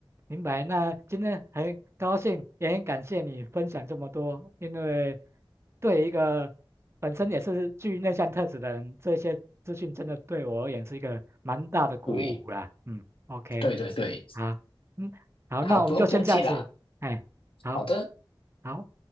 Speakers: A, on the right; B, on the left.
A: 明白。那今天很高兴，也很感谢你分享这么多，因为对一个本身也是具内向特质的人，这些资讯真的对我而言是一个蛮大的鼓舞啦。
B: 对，
A: 嗯，OK，
B: 对对对，
A: 好，嗯，好，
B: 好，
A: 那我们就先这样子，
B: 不用客气啦，
A: 哎，好，
B: 好的。
A: 好。